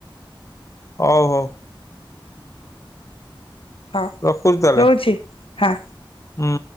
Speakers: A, on the left (about 35°); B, on the left (about 80°).
A: ହଉ ହଉ
B: ହଁ
A: ରଖୁଛି ତାହେଲେ
B: ରହୁଛି ହଁ।
A: ହୁଁ।